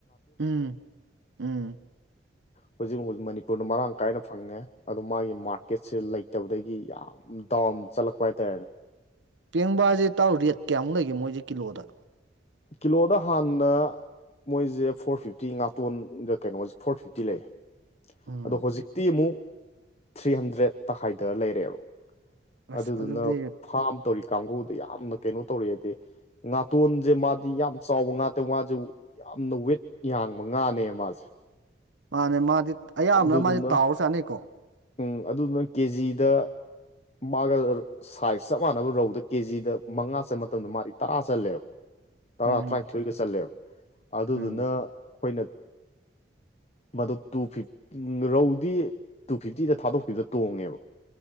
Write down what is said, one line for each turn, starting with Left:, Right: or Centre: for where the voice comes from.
Right: ꯎꯝ ꯎꯝ
Left: ꯍꯧꯖꯤꯛ ꯃꯨꯛ ꯃꯅꯤꯄꯨꯔꯅ ꯃꯔꯥꯡ ꯀꯥꯏꯅ ꯐꯪꯉꯦ ꯑꯗꯣ ꯃꯥꯒꯤ ꯃꯥꯔꯀꯦꯠꯁꯦ ꯂꯩꯇꯕꯗꯒꯤ ꯌꯥꯝ ꯗꯥꯎꯟ ꯆꯠꯂꯛꯄ ꯍꯥꯏꯇꯥꯔꯦꯅꯦ
Right: ꯄꯦꯡꯕꯥꯁꯦ ꯏꯇꯥꯎ ꯔꯦꯠ ꯀꯌꯥꯃꯨꯛ ꯂꯩꯒꯦ ꯃꯣꯏꯁꯦ ꯀꯤꯂꯣꯗ
Left: ꯀꯤꯂꯣꯗ ꯍꯥꯟꯅ ꯃꯣꯏꯁꯦ ꯐꯣꯔ ꯐꯤꯞꯇꯤ ꯉꯥꯇꯣꯟꯒ ꯀꯩꯅꯣꯒꯁꯦ ꯐꯣꯔ ꯐꯤꯞꯇꯤ ꯂꯩꯌꯦ
Right: ꯎꯝ
Left: ꯑꯗꯣ ꯍꯧꯖꯤꯛꯇꯤ ꯑꯃꯨꯛ ꯊ꯭ꯔꯤ ꯍꯟꯗ꯭ꯔꯦꯇ ꯍꯥꯏꯊꯔ ꯂꯩꯔꯦꯑꯦꯕ
Right: ꯑꯁ
Left: ꯑꯗꯨꯗꯨꯅ
Right: ꯑꯗꯨꯗꯤ
Left: ꯐꯥꯝ ꯇꯧꯔꯤ ꯀꯥꯡꯕꯨꯗ ꯌꯥꯝꯅ ꯀꯩꯅꯣ ꯇꯧꯔꯦꯑꯦꯗꯤ ꯉꯥꯇꯣꯟꯖꯦ ꯃꯥ ꯗꯤ ꯌꯥꯝ ꯆꯥꯎꯕ ꯉꯥꯇ ꯃꯥꯁꯦ ꯌꯥꯝꯅ ꯋꯦꯠ ꯌꯥꯡꯕ ꯉꯥꯅꯦꯃ ꯃꯥꯖꯦ
Right: ꯃꯥꯅꯦ ꯃꯥꯗꯤ ꯑꯌꯥꯝꯕꯅ
Left: ꯑꯗꯨꯗꯨꯅ
Right: ꯃꯥꯗꯤ ꯇꯥꯎꯔ ꯆꯥꯅꯩꯀꯣ
Left: ꯎꯝ ꯑꯗꯨꯗꯨꯅ ꯀꯦ ꯖꯤꯗ ꯃꯥꯒ ꯁꯥꯏꯖ ꯆꯞ ꯃꯥꯟꯅꯕ ꯔꯧꯗ ꯀꯦ ꯖꯤꯗ ꯃꯉꯥ ꯆꯟꯕ ꯃꯇꯝꯗ ꯃꯥꯗꯤ ꯇꯔꯥ ꯆꯜꯂꯦꯕ ꯇꯔꯥ
Right: ꯎꯝ
Left: ꯇꯔꯥꯅꯤꯊꯣꯏꯒ ꯆꯜꯂꯦꯕ ꯑꯗꯨꯗꯨꯅ
Right: ꯎꯝ
Left: ꯑꯩꯈꯣꯏꯅ ꯃꯗꯨ ꯇꯨ ꯐꯤꯐ ꯔꯧꯗꯤ ꯇꯨ ꯐꯤꯐꯇꯤꯗ ꯊꯥꯗꯣꯛꯈꯤꯕꯗ ꯇꯣꯡꯉꯦꯕ